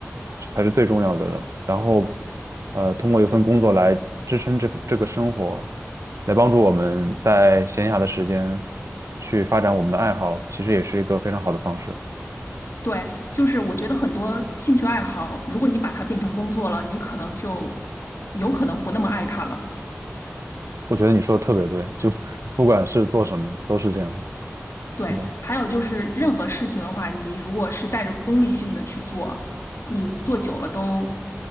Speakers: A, on the right; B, on the left.
A: 是才是最重要的。然后，呃，通过一份工作来支撑这这个生活，来帮助我们在闲暇的时间去发展我们的爱好，其实也是一个非常好的方式。
B: 对，就是我觉得很多兴趣爱好，如果你把它变成工作了，你可能就有可能不那么爱它了。
A: 我觉得你说的特别对，就 <laughs> 不管是做什么都是这样。
B: 对，
A: 是的，
B: 还有就是任何事情的话，你如果是带着功利性的去做，你做久了都